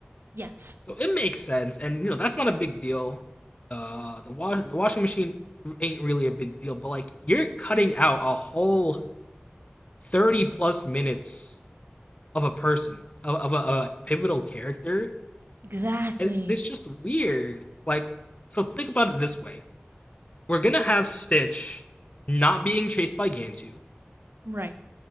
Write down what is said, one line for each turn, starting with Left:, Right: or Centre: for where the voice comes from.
Right: Yes,
Left: So it makes sense, and you know that's not a big deal. Uh, the wa- the washing machine ain't really a big deal, but like you're cutting out a whole thirty plus minutes of a person of of a, of a pivotal character,
Right: exactly.
Left: and it's just weird. Like, so think about it this way: we're gonna have Stitch not being chased by Gantu.
Right: Right.